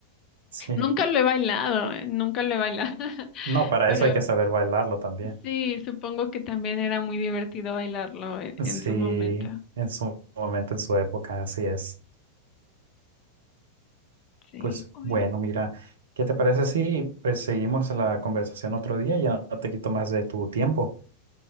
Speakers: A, on the right (about 65°); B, on the left (about 35°).
A: Sí,
B: Nunca lo he bailado, eh, nunca lo he bailado, <laughs>
A: no, para
B: pero
A: eso hay que saber bailarlo también.
B: sí, supongo que también era muy divertido bailarlo en, en
A: Sí,
B: su momento.
A: en su momento, en su época, así es.
B: Sí,
A: Pues
B: Uy,
A: bueno, mira, ¿qué te parece si pues seguimos la conversación otro día? Ya no te quito más de tu tiempo.